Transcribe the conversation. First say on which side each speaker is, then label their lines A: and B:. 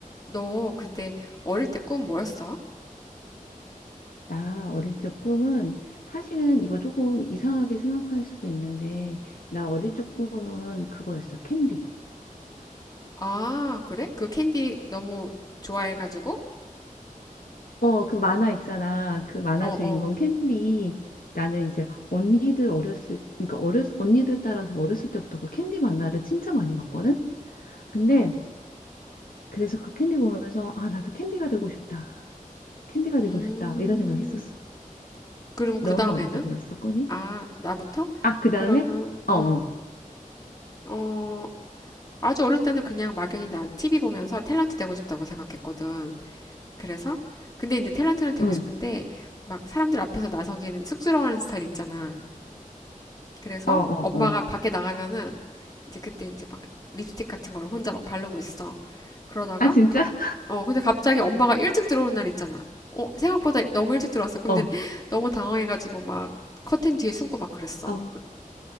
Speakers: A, on the left; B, on the left.
A: 너 근데 어릴 때 꿈 뭐였어?
B: 나 어릴 적 꿈은 사실은 이거 조금 이상하게 생각할 수도 있는데 나 어릴 적 꿈은 그거였어 캔디
A: 아, 그래? 그 캔디 너무 좋아해가지고?
B: 어 그 만화 있잖아 그 만화
A: 어,
B: 주인공
A: 어,
B: 캔디 나는 이제 언니들 어렸을 그러니까 어렸 언니들 따라서 어렸을 때부터 그 캔디 만화를 진짜 많이 봤거든 근데
A: 어.
B: 그래서 그 캔디 보면서 아 나도 캔디가 되고 싶다 캔디가 되고
A: 음,
B: 싶다 막 이런 생각 했었어
A: 그럼
B: 너는
A: 그 다음에는?
B: 어릴 때 뭐였어 꿈이?
A: 아, 나부터?
B: 아 그 다음에
A: 그러면,
B: 어어
A: 음, 어, 아주 어릴 때는 그냥 막연히 나 TV 보면서 탤런트 되고 싶다고 생각했거든. 그래서? 근데 이제 탤런트는 되고
B: 응
A: 싶은데, 막 사람들 앞에서 나서기에는 쑥스러워하는 스타일 있잖아. 그래서
B: 어어
A: 엄마가
B: 어
A: 밖에 나가면은 이제 그때 이제 막 립스틱 같은 걸 혼자 막 바르고 있어. 그러다가
B: 아 진짜?
A: 갑, 어, 근데 갑자기 엄마가 일찍 들어오는 날 있잖아. 어, 생각보다 너무 일찍 들어왔어.
B: <laughs>
A: 근데
B: 어
A: 너무 당황해가지고 막 커튼 뒤에 숨고 막 그랬어.
B: 어.